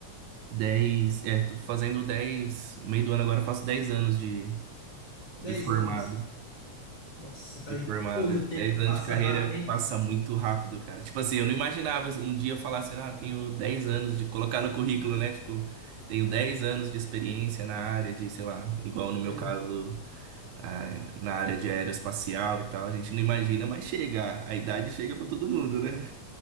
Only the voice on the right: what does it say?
10. é, tô fazendo 10 no meio do ano agora eu faço 10 anos de,
de formado,
de formada.
10 anos
de carreira
passa muito rápido, cara. Tipo assim, eu não imaginava um dia eu falar assim, ah, tenho 10 anos de colocar no currículo,
né? Tipo, tenho 10 anos de experiência na área de, sei lá, igual no meu
caso ah, na área de aeroespacial e tal, a gente não imagina, mas chega, a idade chega
pra todo mundo, né?